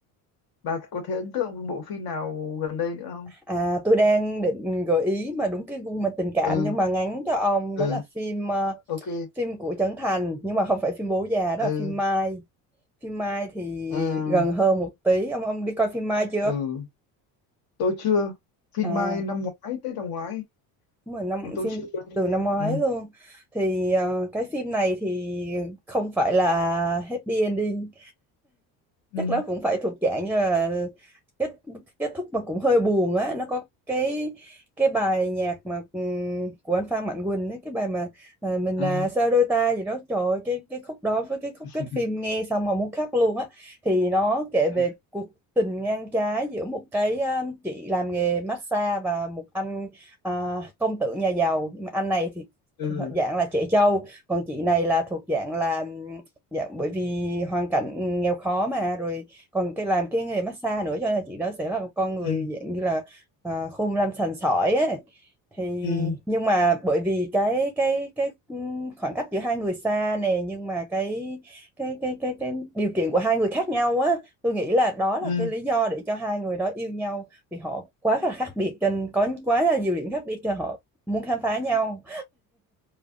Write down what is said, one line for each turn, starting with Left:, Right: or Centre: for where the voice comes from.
Left: bà có thể ấn tượng với bộ phim nào gần đây nữa không
Centre: À, tôi đang định gợi ý mà đúng cái gu mà tình cảm
Left: ừ
Centre: nhưng mà ngắn cho ông
Left: ừ
Centre: đó là phim ờ,
Left: ok
Centre: phim của Trấn Thành nhưng mà không phải phim Bố già đó
Left: ừ
Centre: là phim Mai. Phim Mai thì
Left: à,
Centre: gần hơn một tí. Ông ông đi coi phim Mai chưa?
Left: ừ tôi chưa phim
Centre: À,
Left: Mai năm ngoái Tết năm ngoái
Centre: đúng rồi năm
Left: nhưng tôi
Centre: phim
Left: chưa quen
Centre: từ
Left: game
Centre: năm ngoái
Left: ừ
Centre: luôn. Thì ờ, cái phim này thì không phải là happy ending
Left: ừ
Centre: chắc nó cũng phải thuộc dạng như là kết kết thúc mà cũng hơi buồn á nó có cái cái bài nhạc mà ừm, của anh Phan Mạnh Quỳnh ấy, cái bài mà à, mình
Left: à,
Centre: à, sao đôi ta gì đó trời ơi, cái cái khúc đó với cái khúc
Left: <laughs>
Centre: kết phim nghe xong mà muốn khóc luôn á thì nó kể
Left: thế à?
Centre: về cuộc tình ngang trái giữa một cái à, chị làm nghề massage và một anh à, công tử nhà giàu nhưng mà anh này thì
Left: ừ
Centre: thì họ dạng là trẻ trâu còn chị này là thuộc dạng là ừ, Dạ, bởi vì hoàn cảnh nghèo khó mà rồi còn cái làm cái nghề massage nữa cho nên là chị đó sẽ là một con người
Left: ừ
Centre: dạng như là à, khôn lanh sành sỏi ấy. Thì
Left: ừ
Centre: nhưng mà bởi vì cái cái cái ừm, khoảng cách giữa hai người xa nè nhưng mà cái cái cái cái cái điều kiện của hai người khác nhau á, tôi nghĩ là đó là
Left: ừ
Centre: cái lý do để cho hai người đó yêu nhau vì họ quá là khác biệt cho nên có quá là nhiều điểm khác biệt cho họ muốn khám phá nhau.